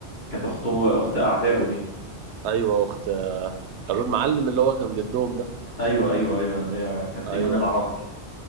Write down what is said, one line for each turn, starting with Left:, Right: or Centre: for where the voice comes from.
Left: كانت اخته اخت اعدائه دي
Right: ايوه اخت المعلم اللي هو كان ضدهم ده
Left: ايوه ايوه ايوه اللي هي كانت
Right: ايوه
Left: ايمان العاصي